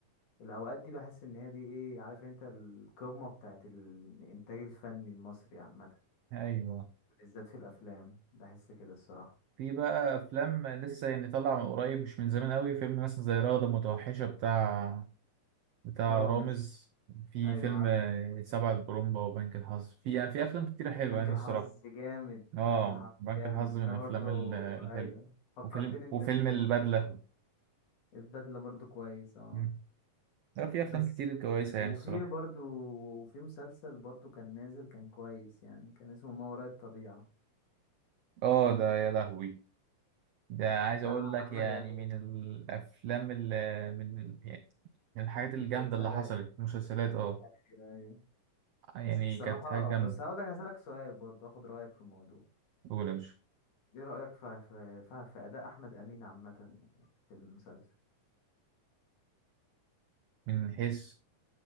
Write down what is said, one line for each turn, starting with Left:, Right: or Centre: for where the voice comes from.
Left: الاوقات دي بحس ان هي دي ايه عارف انت القمه بتاعت الانتاج الفني المصري عامه
Right: ايوه
Left: بالذات في الافلام بحس كده الصراحه
Right: في بقى افلام لسه يعني طالعه من قريب مش من زمان قوي فيلم مثلا زي رغده متوحشه بتاع بتاع
Left: رامز
Right: رامز في
Left: ايوه
Right: فيلم
Left: عارف
Right: آه، سبع البرومبا وبنك الحظ في يعني في افلام كتيره حلوه
Left: بنك
Right: يعني
Left: الحظ
Right: الصراحه
Left: جامد
Right: اه
Left: بنك الحظ
Right: بنك
Left: جامد
Right: الحظ
Left: انا
Right: من الافلام
Left: برضو
Right: ال- الحلوه
Left: ايوه فكرتني
Right: وفيلم
Left: انت
Right: وفيلم
Left: بيه ده
Right: البدله
Left: البدله برضو كويس اه
Right: مم. لا في افلام
Left: بس
Right: كتير كويسه
Left: وفي
Right: يعني الصراحه
Left: برضو وفي مسلسل برضو كان نازل كان كويس يعني كان اسمه ما وراء الطبيعه
Right: اه ده يا لهوي ده عايز
Left: بتاع
Right: اقول لك
Left: احمد
Right: يعني
Left: امين
Right: من الافلام اللي من ال- يعني من الحاجات
Left: مسلسلات
Right: الجامده اللي حصلت مسلسلات اه
Left: ايوه أيوة.
Right: يعني
Left: الصراحة
Right: كانت حاجه جامده
Left: بس هقول لك هسألك سؤال برضه اخد رأيك في الموضوع
Right: قول يا باشا
Left: ايه رأيك في في في, في أداء أحمد أمين عامة في المسلسل
Right: من حيث